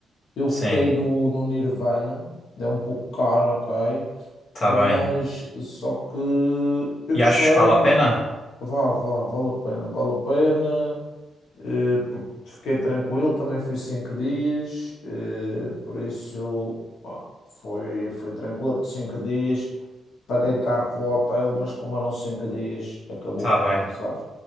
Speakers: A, on the left; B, on the left.
A: Eu
B: sim,
A: fiquei no, no Nirvana, é um pouco caro, ok,
B: tá
A: mas
B: bem.
A: só que eu
B: E
A: gostei,
B: achas que vale a pena?
A: vale, vale, vale a pena, vale a pena, eh, porque fiquei tranquilo, também fui cinco dias, eh, por isso pá, foi, foi tranquilo, por cinco dias, paguei caro pelo hotel, mas como eram cinco dias, acabou
B: Tá
A: por
B: bem.
A: compensar.